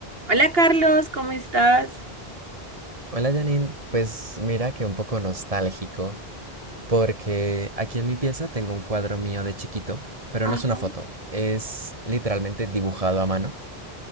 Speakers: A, on the right (about 70°); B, on the right (about 35°).
A: Hola Carlos, ¿cómo estás?
B: Hola Janine, pues mira que un poco nostálgico, porque aquí en mi pieza tengo un cuadro mío de chiquito, pero
A: Ajá.
B: no es una foto, es literalmente dibujado a mano